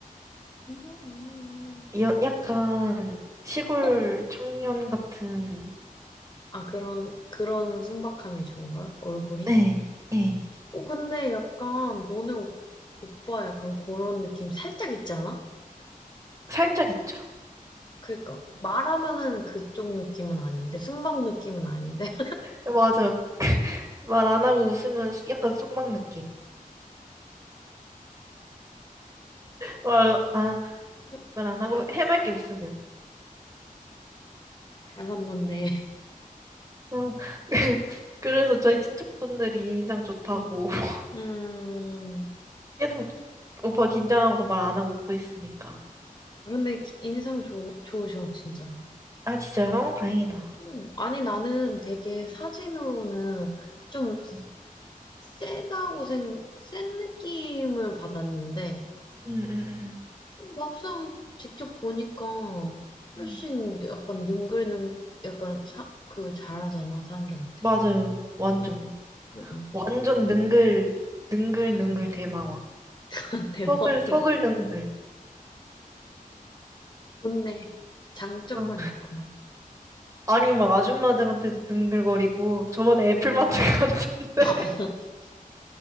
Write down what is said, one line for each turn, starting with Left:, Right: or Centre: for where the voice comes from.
Left: 음, 음,
Right: 여, 약간 시골
Left: 음. 어?
Right: 청년 같은,
Left: 아, 그런, 그런 순박함이 좋은 거야? 얼굴이?
Right: 네, 네.
Left: 어, 근데 약간 너네 오, 오빠 약간 그런 느낌 살짝 있지 않아?
Right: 살짝 있죠.
Left: 그니까 말하면은 그쪽 느낌은 아닌데 순방 느낌은 아닌데
Right: 맞아. 말 안 하고 웃으면 수- 약간 순막 느낌. 말, 아,
Left: <laughs>
Right: 말 안 하고
Left: 잘,
Right: 해맑게 웃으면.
Left: 잘 만났네.
Right: 어. <laughs> 그래서 저희 친척분들이 인상 좋다고.
Left: 음,
Right: <laughs>
Left: 음.
Right: 계속 오빠 긴장하고 말 안 하고 웃고 있으니까.
Left: 근데 인상 좋, 좋으셔 진짜.
Right: 아, 진짜요? 다행이다.
Left: 음, 아니 나는 되게 사진으로는 좀
Right: 음,
Left: 세다고 생, 센 느낌을 받았는데
Right: 음, 음, 음.
Left: 막상 직접 보니까 훨씬
Right: 음.
Left: 약간 능글능, 약간 사, 그 잘하잖아, 사람들한테.
Right: 맞아요. 완전.
Left: 응, 응, 응,
Right: 완전 능글, 능글능글
Left: 응. 응.
Right: 대망왕
Left: <laughs> 대박이야.
Right: 서글, 서글능글.
Left: 좋네. 장점만
Right: 어.
Left: 있구만.
Right: 아니, 막 아줌마들한테도 능글거리고, 저번에
Left: 음,
Right: 애플마트 <laughs> 갔는데,
Left: <laughs>